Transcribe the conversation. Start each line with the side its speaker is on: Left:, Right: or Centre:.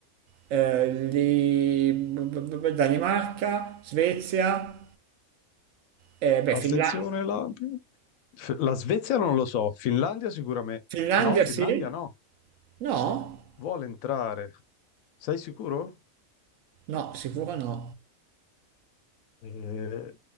Right: eh, lì, Danimarca, Svezia, eh, beh,
Left: Attenzione,
Right: Finla-
Left: la... F- la Svezia non lo so, Finlandia sicuramente.
Right: Finlandia,
Left: No, Finlandia
Right: sì,
Left: no,
Right: no?
Left: vuole entrare. Sei sicuro?
Right: No, sicuro no.
Left: Eh,